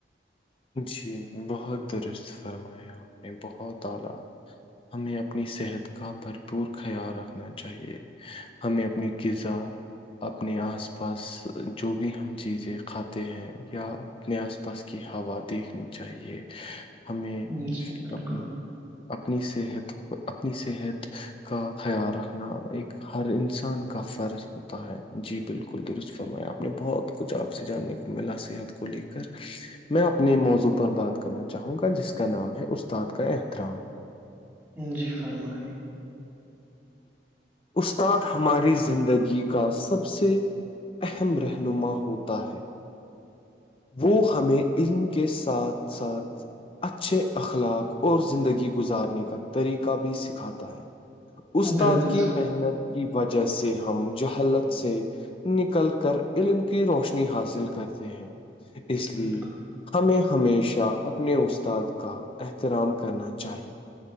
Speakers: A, on the left; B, in the centre.
A: جی بہت درست فرمایا بہت اعلی ہمیں اپنی صحت کا بھرپور خیال رکھنا چاہیے ہمیں اپنی غذا اپنے آس پاس جو بھی ہم چیزیں کھاتے ہیں یا اپنے آس پا پس کی ہوا دیکھنی چاہیے ہمیں
B: جی بالکل
A: اپنی اپنی صحت اپنی صحت کا خیال رکھنا ایک ہر انسان کا فرض ہوتا ہے جی بالکل درست فرمایا آپ نے بہت کچھ آپ سے جاننے ملا سیات کو لے کر میں آپ اپنے موضوع پر بات کرنا چاہوں گا جس کا نام ہے استاد کا احترام
B: جی فرمائی
A: استاد ہماری زندگی کا سب سے اہم رہنما ہوتا ہے وہ ہمیں علم کے ساتھ ساتھ اچھے اخلاق اور زندگی گزارنے کا طریقہ بھی سکھاتا ہے استاد
B: بالکل
A: کی محنت کی وجہ سے ہم جہلت سے نکل کر علم کی روشنی حاصل کرتے ہیں اس
B: بالکل
A: لیے ہمیں ہمیشہ اپنے استاد کا احترام کرنا چاہیے